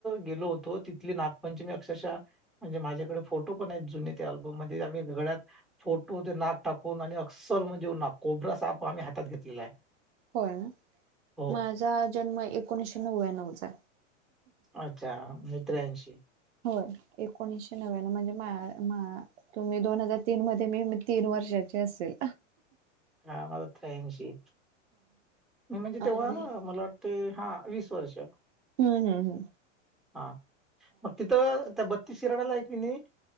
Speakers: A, in the centre; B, on the right.
A: गेलो होतो तिथली नागपंचमी अक्षरशः म्हणजे माझ्याकडे फोटो पण आहेत. बम मध्ये आम्ही घड्यात फोटो ते नाक टाकून आणि असल म्हणजे कोब साप आम्ही हात घेतलेला आहे.
B: होय ना
A: हो
B: माझा जन्म एकोणीशे नव्याण्णवचा
A: अच्छा मित्र्यांशी
B: होय एकोणीसशे नव्याण्णव म्हणजे तुम्ही दोन हजार तीन मध्ये मी तीन वर्ष असेल.
A: हा माझा त्र्यांशी मी म्हणजे
B: आणि
A: तेव्हा मला वाटते हा वीस वर्ष
B: हम्म हम् हम्.
A: हा मग तिथ त्या बत्तीस शिराड्याला आहे की नाही